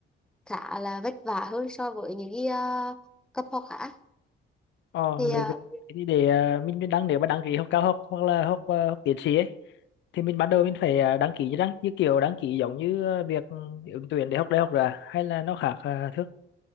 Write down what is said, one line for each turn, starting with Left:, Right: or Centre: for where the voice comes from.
Centre: khá là vất vả hơn so với những cái ờ, cấp học khác
Left: Ờ,
Centre: thì
Left: về
Centre: uh,
Left: về thì để ờ, mình mình đăng nếu mà đăng ký học cao học hoặc là học ờ, học tiến sĩ ấy, thì mình ban đầu mình phải ờ, đăng ký như đăng như kiểu đăng ký giống như ờ, việc ừ, ứng tuyển để học đại học rồi à? hay là nó khác ờ, Thương?